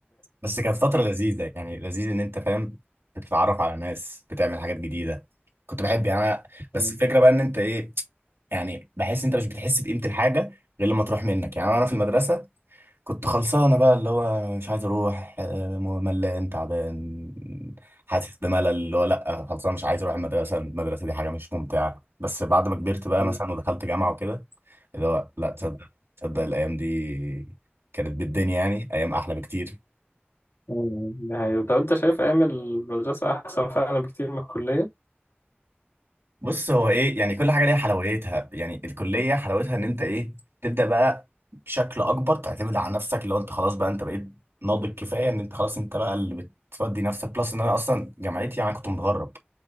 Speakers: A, on the right; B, on the left.
A: بس كانت فتره لذيذه يعني لذيذ ان انت فاهم بتتعرف على ناس بتعمل حاجات جديده كنت بحب يعني أنا- بس
B: <laughs>
A: الفكره بقى ان انت ايه يعني بحس انت مش بتحس بقيمه الحاجه غير لما تروح منك يعني انا في المدرسه كنت خلصانة بقى اللي هو أنا مش عايز أروح آه، ملان تعبان حاسس بملل اللي هو لأ خلصانة مش عايز أروح المدرسة المدرسة دي حاجة مش ممتعة بس بعد ما كبرت بقى
B: فاهم؟
A: مثلا ودخلت جامعة وكده اللي هو لأ تصدق تصدق الأيام دي كانت بالدنيا يعني أيام أحلى بكتير
B: مم. ده حقيقي. طب أنت شايف أيام المدرسة أحسن فعلا بكتير من الكلية؟
A: بص هو ايه يعني كل حاجه ليها حلاوتها يعني الكليه حلاوتها ان انت ايه تبدا بقى بشكل اكبر تعتمد على نفسك اللي هو انت خلاص بقى انت بقيت ناضج كفايه ان انت خلاص انت بقى اللي بتفضي نفسك بلس ان انا اصلا جامعتي يعني كنت متغرب